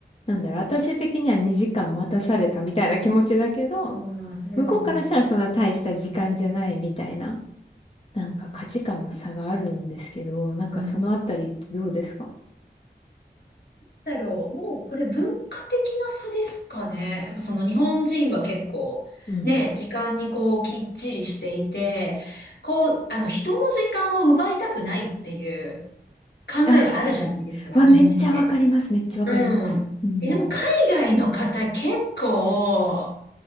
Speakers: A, on the left; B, on the left.
A: なんだろう、私的には2時間待たされたみたいな気持ちだけど、
B: んうん
A: 向こうからしたらそんな大した時間じゃないみたいな、なんか価値観の差があるんですけど、なんかそのあたりってどうですか
B: なんだろう、もうこれ文化的な差ですかね。やっぱその日本人は結構ね、
A: うん。
B: 時間にこうきっちりしていて、こう、あの人の時間を奪いたくないっていう考えがあるじゃないですか、
A: ああ、わ、
B: 日本人って。
A: めっちゃわかります。めっちゃわかります。
B: うん。
A: うん。
B: え、でも海外の方結構、